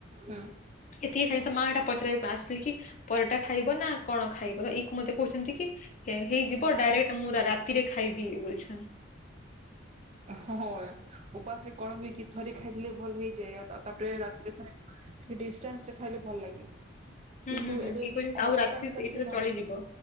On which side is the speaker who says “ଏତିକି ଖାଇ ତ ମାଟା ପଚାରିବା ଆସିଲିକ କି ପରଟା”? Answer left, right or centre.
Left